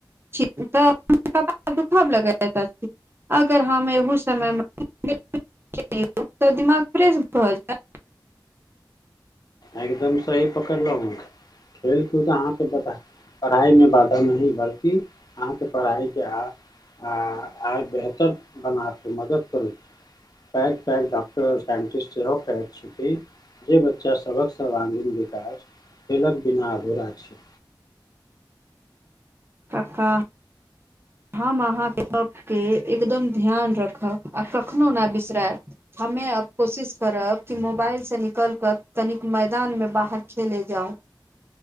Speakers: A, on the right; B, on the left.
A: <unintelligible> अगर हम एहू समयमे <unintelligible> तऽ दिमाग फ्रेश भऽ जाय
B: एकदम सही पकड़लहु हैं, खेलकूद अहाँके बता पढ़ाइ मे बाधा नही, बल्कि अहाँके पढ़ाइके आ आ आइ बेहतर बनाके मदद करू। आय कालि डाक्टर साइंटिस्ट सेहो कहै छै कि, जे बच्चा सभक सर्वांगीण विकास खेलक बिना आधूरा छी।
A: कक्का। हम अहाँ के गप्प के एकदम ध्यान रखब, आ कखनो ने बिसरायब हमे आब कोशिश करब, कि मोबाइल से निकल करऽ कनिक मैदानमे बाहर खेले जाउ